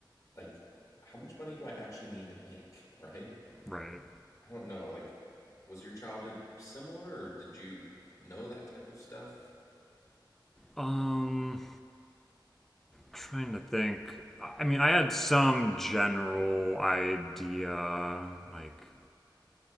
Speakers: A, on the left (about 45°); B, in the centre.
A: like, how much money do I actually need to make, <laughs> right?
B: Right.
A: I don't know. Like, was your childhood similar or did you know that type of stuff?
B: Um trying to think. I mean, I had some general idea like